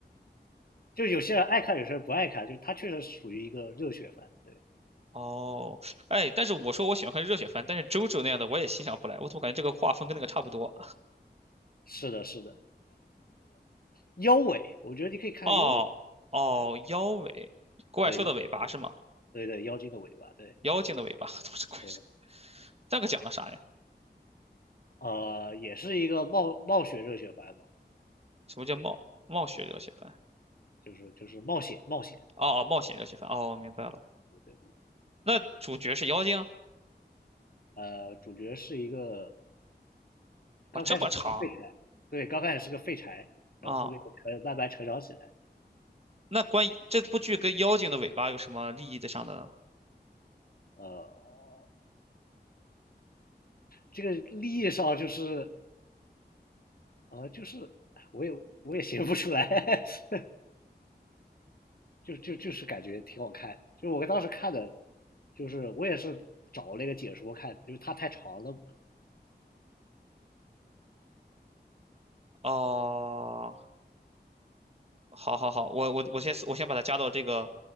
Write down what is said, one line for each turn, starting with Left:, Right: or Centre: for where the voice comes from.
Left: 就有些人爱看，有些人不爱看，就是他确实属于一个热血番。对，
Right: 哦，哎，但是我说我喜欢看热血番，但是周周那样的我也欣赏不来，我怎么感觉这个画风跟那个差不多？
Left: 是的，是的。妖尾，我觉得你可以看妖尾。
Right: 哦哦，
Left: 对
Right: 妖尾，怪兽的尾巴是吗？
Left: 对妖对对妖精的尾巴。对
Right: 妖精的尾巴，<laughs> 怎么是怪兽？
Left: 对，
Right: 那个讲的啥呀？
Left: 呃，也是一个冒冒险热血番吧，
Right: 什么叫冒冒血热血番？
Left: 就是就是冒险冒险。
Right: 哦哦，冒险热血番。哦，明白了。
Left: 对对，
Right: 那主角是妖精？
Left: 呃，主角是一个
Right: 哇，
Left: 刚开始是个废柴，
Right: 这么长
Left: 对，刚开始是个废柴，
Right: 啊？
Left: 然后后面成慢慢成长起来的。
Right: 那关于这部剧跟妖精的尾巴有什么利益的上的？
Left: 呃，这个利益上就是啊，就是我也我也写不出来，<laughs> 就就就是感觉挺好看的。就是我当时看的，就是我也是找那个解说看的，就是它太长了，
Right: 哦，好好好，我我我先我先把它加到这个